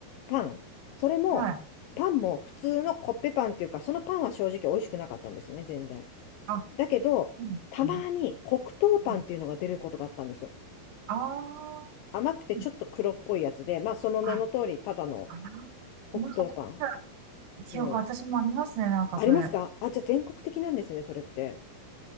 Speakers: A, on the left (about 80°); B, on the right (about 85°).
A: パン、それも、
B: はい。
A: パンも普通のコッペパンっていうか、そのパンは正直美味しくなかったんですね、全然。
B: あ、
A: だけど、
B: うん、
A: たまに黒糖パンっていうのが出ることがあったんですよ。
B: うんうんあーうん
A: 甘くてちょっと黒っぽいやつで、まあその名の通り、
B: あ、
A: ただの
B: あ
A: 黒糖パン。
B: ー、なんか食べた
A: そう。
B: 記憶、私もありますね、なんかそれ。
A: ありますかあ、
B: はい。
A: じゃあ全国的なんですね、それって。